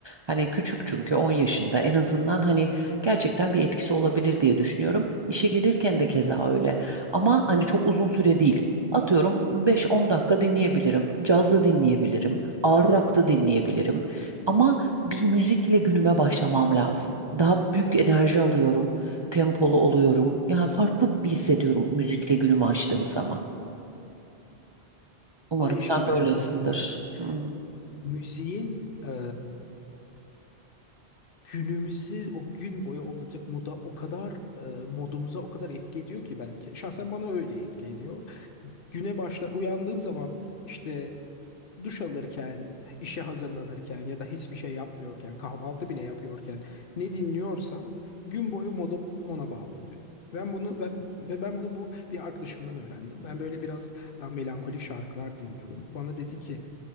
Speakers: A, on the right; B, on the left.
A: Hani küçük çünkü 10 yaşında en azından hani gerçekten bir etkisi olabilir diye düşünüyorum. İşe gelirken de keza öyle. Ama hani çok uzun süre değil. Atıyorum beş on dakika dinleyebilirim. Caz da dinleyebilirim. Ağır rock da dinleyebilirim. Ama bir müzikle günüme başlamam lazım. Daha büyük enerji alıyorum. Tempolu oluyorum. Yani farklı hissediyorum müzikle günümü açtığım zaman. Umarım
B: Aynı
A: sen
B: şeyi ben
A: de öylesindir.
B: de hissediyorum.
A: Hmm,
B: Müziğin e, günümüzü o gün boyu olacak moda o kadar e, modumuza o kadar etki ediyor ki ben ke- şahsen bana öyle etki ediyor. Güne başlar uyandığım zaman işte duş alırken, işe hazırlanırken ya da hiçbir şey yapmıyorken, kahvaltı bile yapıyorken ne dinliyorsam gün boyu modum ona bağlı oluyor. Ben bunu ben, ve ben bunu bu bir arkadaşımdan öğrendim. Ben böyle biraz daha melankolik şarkılar dinliyordum. Bana dedi ki